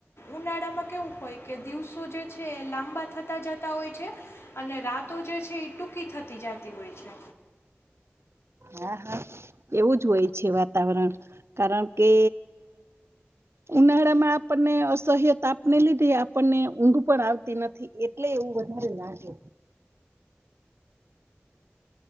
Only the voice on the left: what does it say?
ઉનાળામાં કેવું હોય કે દિવસો જે છે એ લાંબા થતા જતા હોય છે. અને રાતો જે છે. ટૂંકી થતી જત તી હોય છે.